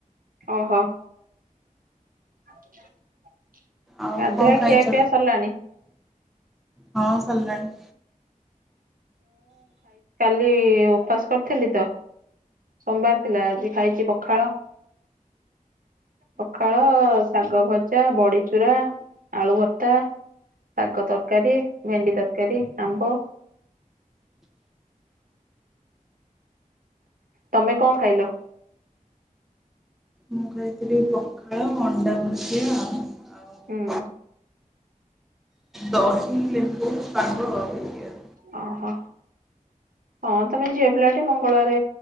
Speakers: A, on the right (about 80°); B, in the centre.
A: ଓହୋ <unintelligible>
B: ଆଉ
A: ଗାଧୁଆ
B: କଣ ଖାଇଛ?
A: ଖିଆ ପିଇଆ ସରିଲାଣି?
B: ହଁ ସଲିଲାଣି।
A: ଏ ଉପାସ କରିଥିଲି ତ ସୋମବାର ଥିଲା ଆଜି ଖାଇଚି ପଖାଳ। ପଖାଳ ଶାଗ ଭ ଜା ବଡ଼ି ଚୁରା ଆଳୁ ଭର୍ତ୍ତା ଶାଗ ତରକାରୀ ଭେଣ୍ଡି ତରକାରୀ ଆମ୍ବ। ତମେ କଣ ଖାଇଲ?
B: ମୁଁ ଖାଇଥିଲି ପଖାଳ ଅଣ୍ଡା ଭଜା ଆଉ
A: ହୁଁ।
B: ଦହି ଲେମ୍ବୁ ପାଗ <unintelligible>
A: ଓହୋ ହଁ ତମେ ଝିଅ ପିଲାଟେ ମଙ୍ଗଳବାରେ